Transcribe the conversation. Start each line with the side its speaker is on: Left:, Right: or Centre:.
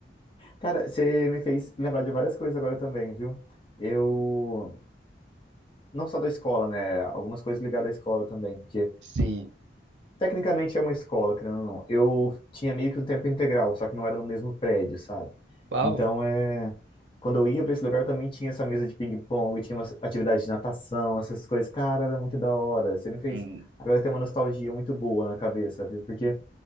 Left: Cara, você me fez lembrar de várias coisas agora também, viu? Eu, não só da escola, né? Algumas coisas ligadas à escola também, porque
Right: Sim.
Left: Tecnicamente é uma escola, querendo ou não. Eu tinha meio que um tempo integral, só que não era no mesmo prédio, sabe?
Right: Uau.
Left: Então é. Quando eu ia pra esse lugar, eu também tinha essa mesa de ping-pong, tinha umas atividades de natação, essas coisas. Cara, era muito da hora. Você me fez.
Right: Hum,
Left: Agora tem uma nostalgia muito boa na cabeça, viu? Porque